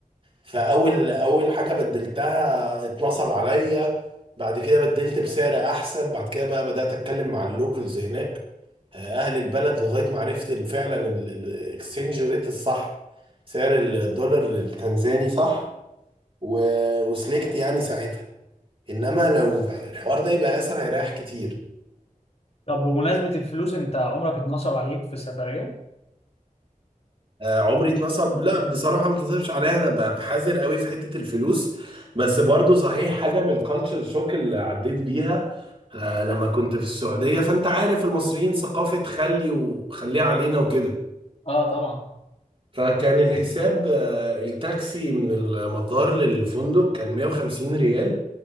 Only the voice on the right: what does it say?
فاول اول حاجه بدلتها اتنصب عليا بعد كده بدلت بسعر احسن بعد كده بقى بدات اتكلم مع اللوكلز هناك آه، اهل البلد لغايه ما عرفت ال- فعلا الاكسشينج ريت الصح سعر الدولار التنزاني صح و... وسلكت يعني ساعتها انما لو الحوار ده يبقى اسهل هيريح كتير
آه، عمري اتنصب لا بصراحة ما اتنصبش عليا انا ب- بحذر قوي في حتة الفلوس بس برضو صحيح حاجة من الكالتشر شوك اللي عديت بيها آه، لما كنت في السعودية فانت عارف المصريين ثقافة خلي وخليه علينا وكده
فكان الحساب آه، التاكسي من المطار للفندق كان 150 ريال